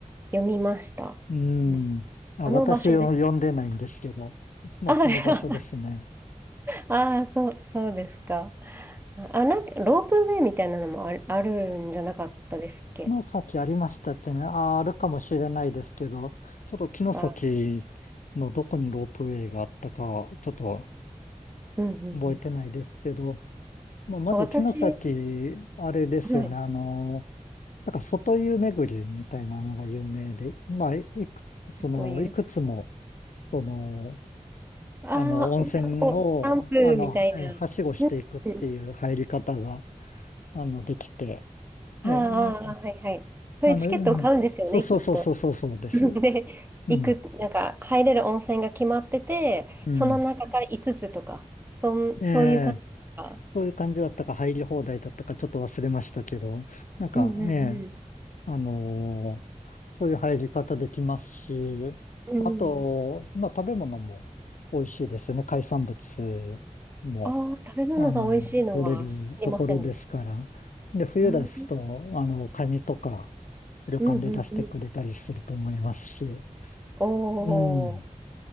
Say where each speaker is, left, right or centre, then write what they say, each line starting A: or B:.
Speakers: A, on the right (about 15°); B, on the left (about 75°).
A: 読みました。
B: うん。
A: うん
B: あ、
A: あの場所です。
B: 私を呼んでないんですけど、まあその場所ですね。
A: あ、はい <laughs> あー、そう、そうですか。あ、なんかロープウェイみたいなのもある、あるんじゃなかったですっけ
B: 城崎ありましたっけね。あ、あるかもしれないですけど、ちょっと城崎のどこにロープウェイがあったかは、
A: あ、
B: ちょっと
A: うんうんうん。
B: 覚えてないですけど、まあ、まず城崎、
A: か私、
B: あれですよね。
A: はい、
B: あの、なんか外湯巡りみたいなのが有名で、まあ、いく、その、
A: という。
B: いくつも、その、
A: ああ、
B: あの、温泉を、
A: なんかこう、キャンプみたいな。
B: あの、えはしごしていくっていう入り方が、
A: うん、
B: あの、できて、
A: あーあー、
B: えー
A: あーはいはい。そういうチケットを買うんですよね、
B: あの、うんそうそうそうそうそうそうです。
A: きっと。<laughs> で、
B: うん。
A: 行く、なんか入れる温泉が決まってて、
B: うん。
A: その中から5つつとか、そん、
B: ええ
A: そういう感じとか。
B: そういう感じだったか入り放題だったかちょっと忘れましたけど、なんか、
A: うんうん
B: ええあのーそういう入り方できますし、
A: うん。うん。
B: あと、まあ食べ物も美味しいですよね。海産物も、
A: ああ、食べ物が美味しいのは知りませんでし
B: あの、取れるところですから。で、冬ですと、
A: た。うん
B: あの、カニとか旅館で出してくれたりすると思いますし、
A: うんうんうん。お
B: うん。
A: お。